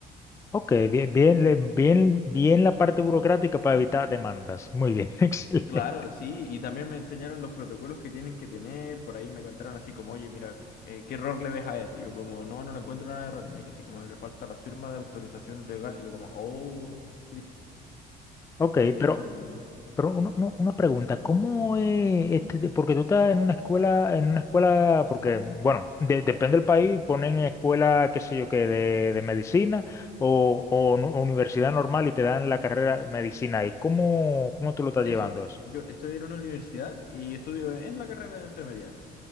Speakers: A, on the left; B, on the left.
A: Ok, bien, bien, le- bien, bien la parte burocrática para evitar demandas. Muy bien, <laughs> excelente.
B: Claro, sí, y también me enseñaron los protocolos que tienen que tener, por ahí me contaron así como, oye, mira, eh, ¿qué error le ves a esto? Yo como, no, no le encuentro nada de error, y me dijo así como, le falta la firma de autorización legal, y yo como, oh, sí,
A: Ok,
B: que tienen
A: pero, pero una, una- una pregunta, ¿cómo es este, de- porque tú estás en una escuela, en una escuela, porque, bueno, de- depende del país, ponen escuela, qué sé yo, que de, de medicina o, o nu- universidad normal y te dan la carrera de medicina ahí. ¿Cómo, cómo tú lo estás
B: eso.
A: llevando eso?
B: Yo estoy en una universidad y estudio en la carrera de enfermería,